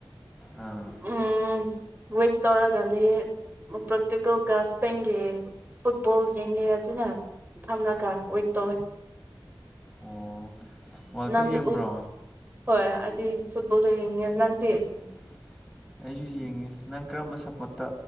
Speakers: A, in the centre; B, on the right.
A: ꯑꯥ
B: ꯎꯝ ꯋꯦꯠ ꯇꯧꯔꯒꯗꯤ ꯄ꯭ꯔꯦꯛꯇꯤꯀꯦꯜ ꯒꯥ ꯁ꯭ꯄꯦꯡꯒꯦ ꯐꯨꯠꯕꯣꯜ ꯌꯦꯡꯉꯦ ꯑꯗꯨꯅ ꯊꯝꯂꯒ ꯋꯦꯠ ꯇꯧꯋꯦ
A: ꯑꯣ ꯋꯥꯔꯜ
B: ꯅꯪ
A: ꯀꯞ ꯌꯦꯡꯕ꯭ꯔꯣ
B: ꯎ ꯍꯣꯏ ꯑꯗꯤ ꯐꯨꯠꯕꯣꯜ ꯇ ꯅꯪꯗꯤ
A: <unintelligible> ꯑꯩꯁꯨ ꯌꯦꯡꯉꯤ ꯅꯪ ꯀꯔꯝꯕ ꯁꯞꯄꯣꯔꯠꯇ